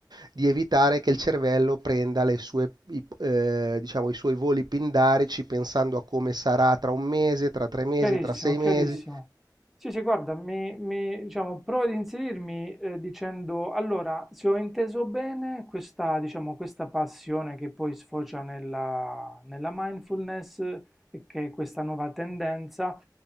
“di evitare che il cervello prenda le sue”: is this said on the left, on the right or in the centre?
Right